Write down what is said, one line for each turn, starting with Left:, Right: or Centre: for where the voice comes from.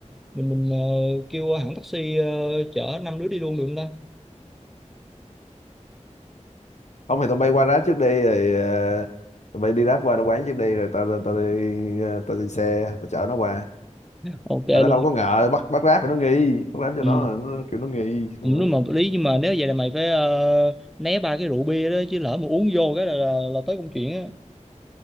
Centre: mình mình ờ, kêu hãng taxi ờ, chở năm đứa đi luôn được không ta
Left: không thì tao bay qua grab trước đi rồi à, tụi bay đi ráp qua nó quán trước đi rồi tao tao đi ờ, tao đi xe tao chở nó qua
Centre: ok
Left: tại nó
Centre: luôn
Left: đâu có ngờ bắt bắt ráp thì nó nghi bắt ráp cho
Centre: ừ.
Left: nó, nó kiểu nó nghi Đó.
Centre: Ừ, Đúng mà hợp lý nhưng mà nếu vậy là mày phải ờ, né ba cái rượu bia đó chứ lỡ mà uống vô cái là là, là tới công chuyện á